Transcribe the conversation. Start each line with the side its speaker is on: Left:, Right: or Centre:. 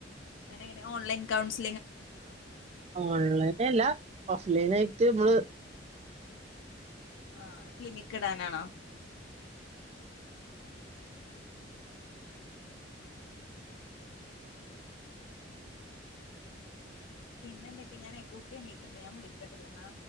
Left: അങ്ങനെ ഇങ്ങനെ ഓൺലൈൻ കൌൺസി
Right: ഓൺലൈന അല്ല ഓഫ് ലൈൻ ആയിട്ട് നമ്മള്
Left: ആ ക്ലിനിക്ക് ഇടാനാണോ പിന്നെ എന്തൊക്കെയ ഞാനേ കുട്ടി എണീക്കണ്ട് ഞാൻ വിളിക്കട്ടില്ലെന്നാ